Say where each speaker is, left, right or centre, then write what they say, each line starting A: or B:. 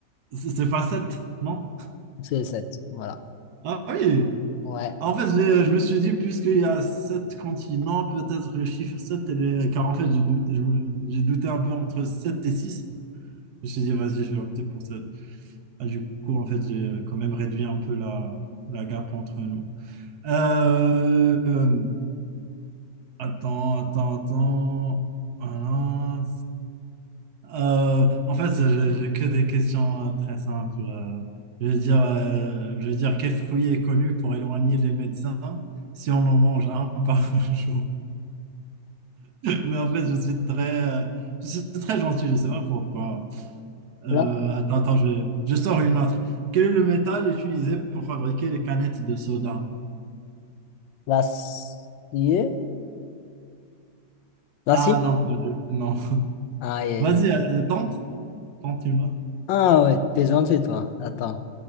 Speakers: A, on the right; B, on the left.
A: c'est c'est pas 7, non?
B: C'est sept Voilà.
A: Ah oui!
B: Ouais.
A: En fait, j'ai- je me suis dit, puisqu'il y a 7 continents, peut-être le chiffre 7 et les... car en fait, j'ai dou- je me- j'ai douté un peu entre 7 et six Je me suis dit, vas-y, je vais opter pour sept Ah, du coup, en fait, j'ai euh, quand même réduit un peu la, la gap entre nous. Euh, euh, attends, attends, attends. Voilà. Euh, en fait, j'ai j'ai que des questions euh, très simples. euh. Je veux dire, euh, je veux dire, quel fruit est connu pour éloigner les médecins si on en mange un <laughs> par jour? Mais en fait, je suis très, euh, je suis très gentil, je sais pas pourquoi. Euh,
B: Là,
A: attends, attends, je, je sors une autre. Quel est le métal utilisé pour fabriquer les canettes de soda?
B: l'acier? L'acier?
A: Ah non, pas de- non.
B: Aïe, aïe,
A: Vas-y,
B: aïe.
A: euh, tente, tente une autre.
B: Ah ouais, t'es gentil, toi. Attends.